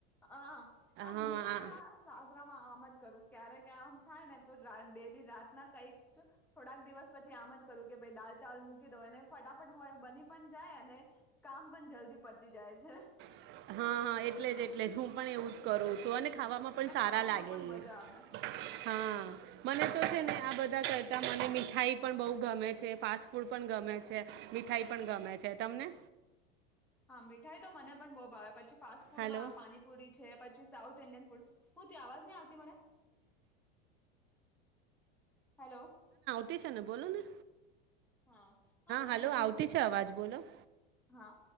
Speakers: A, in the centre; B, on the right (about 40°).
A: આહ, આ
B: હા
A: હું પણ
B: હા
A: આ સાસરામાં આમ જ કરું. ક્યારેક આમ થાય ને તો રા ડેઈલી રાત ના કાંઈક થોડાક દિવસ પછી આમ જ કરું કે ભઈ દાલ ચાવલ મૂકી દઉ, અને ફટાફટ <unintelligible> બની પણ જાય, અને કામ પણ જલ્દી પતી જાય છે.
B: હા, હા એટલે જ એટલે જ, હું પણ એવું જ કરું છું. અને ખાવામા પણ સારા
A: ખાવામાં
B: લાગે
A: પણ મજા
B: એ.
A: આવે
B: હા, મને તો છે ને આ બધ બધા કરતાં મને મીઠાઈ પણ બહુ ગમે છે ફાસ્ટ ફૂડ પણ ગમે છે, મીઠાઈ પણ ગમે છે તમને?
A: હા મીઠાઈ તો મને પણ બહુ ભાવે પછી ફાસ્ટ ફૂડમાં
B: હલો
A: પાણીપુરી છે પછી સાઉથ ઇન્ડિયન ફૂડ, હું ત્યા અવાજ નહી આવતી મળે? હલો.
B: તે છે બોલો ને.
A: હા હા મને
B: હાલો
A: આમ
B: આવતી છે અવાજ બોલો.
A: હા